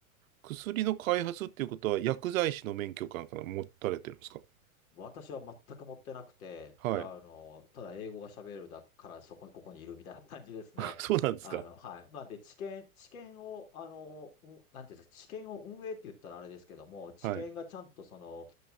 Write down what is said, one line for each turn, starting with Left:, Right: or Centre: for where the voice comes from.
Right: 薬の開発っていうことは薬剤師の免許かなんか持たれてるんですか
Left: 私は全く持ってなくて、
Right: はい。
Left: あの、ただ英語が喋れるだからそこに、ここにいるみたいな感じですね。
Right: <laughs> あそうなんですか。
Left: あの、はい。まあ、で、知見、知見を、あの、うん、なんていうんですか、知見を運営って言ったらあれですけども、知見がちゃんとその、
Right: はい。